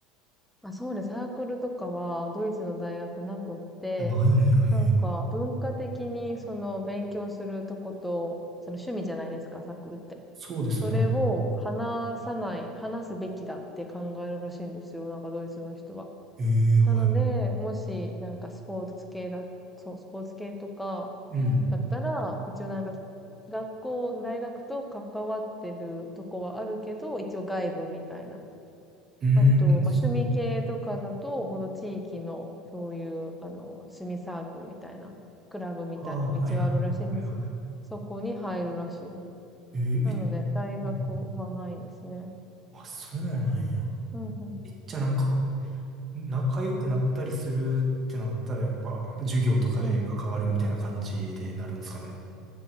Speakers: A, in the centre; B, on the right (about 35°).
A: まあ、そうです。サークルとかはドイツの大学なくって、
B: あ、ないんや、へえ。
A: なんか文化的にその勉強するとこと、その趣味じゃないですか、サークルって。
B: そうですね。
A: それを話さない、話すべきだって考えるらしいんですよ、なんかドイツの人は。
B: ええ、はい。
A: なので、もしなんかスポーツ系だ、そう、スポーツ系とか
B: うん。
A: だったら、一応なんか学校、大学と関わってるとこはあるけど、一応外部みたいな。
B: うーん、
A: あと、まあ、
B: そう。
A: 趣味系とかだと、この地域の、そういう、あの、趣味サークルみたいな、クラブみたいなのが一応あるらしいんですよ。
B: ああ、はいはいはいはい。
A: そこに入るらしいです。
B: ええ、
A: なので、
B: え
A: 大学はないですね。
B: うんあ、そうなんや。
A: うんうん。
B: え、じゃあなんか、仲良くなったりするってなったら、やっぱ、授業とかで関わるみたいな感じでなるんですかね。
A: うんうん。